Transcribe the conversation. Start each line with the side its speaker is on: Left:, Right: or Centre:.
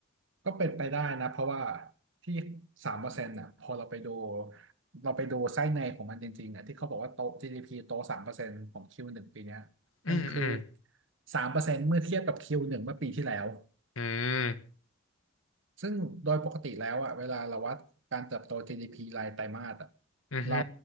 Right: ก็เป็นไปได้นะเพราะว่าที่สามเปอร์เซ็นต์่ะพอเราไปดูเราไปดูไส้ในของมันจริงๆอ่ะที่เขาบอกว่าโต GDP โตสามเปอร์เซ็นต์ของ Q หนึ่งปีเนี้ย
Left: อืมอืม
Right: มันคือสามเปอร์เซ็นต์เมื่อเทียบกับ Q หนึ่งเมื่อปีที่แล้ว
Left: อืม
Right: ซึ่งโดยปกติแล้วอะเวลาเราวัดการเติบโต GDP รายไตรมาสอะ
Left: อือฮึ
Right: เรา